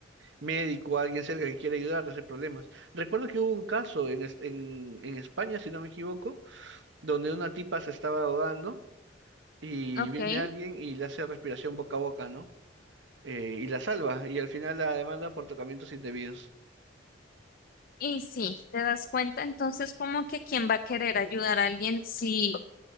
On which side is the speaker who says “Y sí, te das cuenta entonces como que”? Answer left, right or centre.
Left